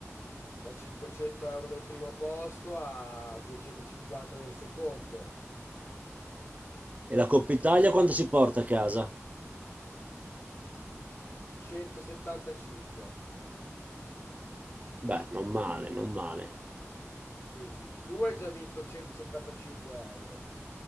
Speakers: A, on the left; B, on the right.
A: da 500 euro del primo posto a 250 del secondo.
B: E la Coppa Italia quanto si porta a casa?
A: 175.
B: Beh, non male, non male.
A: Quindi tu hai già vinto 175 euro.